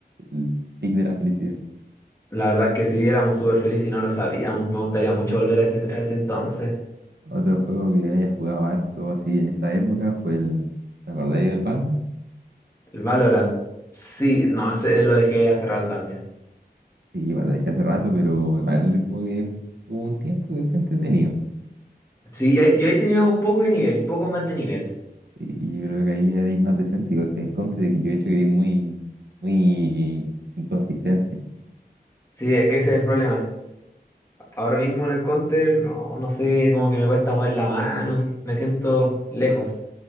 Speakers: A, on the right (about 80°); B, on the left (about 15°).
A: el pic de la felicidad.
B: La verdad que sí, éramos súper felices y no lo sabíamos. Me gustaría mucho volver a ese, a ese entonces.
A: Otro juego que haya jugado harto así en esa época fue el, ¿te acordáis del Valorant?
B: El Valorant. Sí, no, ese lo dejé hace rato también.
A: Sí, igual lo dejé hace rato, pero igual como que hubo un tiempo que fue entretenido.
B: Sí, yo, yo ahí tenía un poco de nivel, un poco más de nivel.
A: Y yo creo que ahí eres más decente, igual que el Counter, que yo he hecho que eres muy, muy inconsistente.
B: Sí, es que ese es el problema. Ahora mismo en el counter, no, no sé, como que me cuesta mover la mano. Me siento lejos.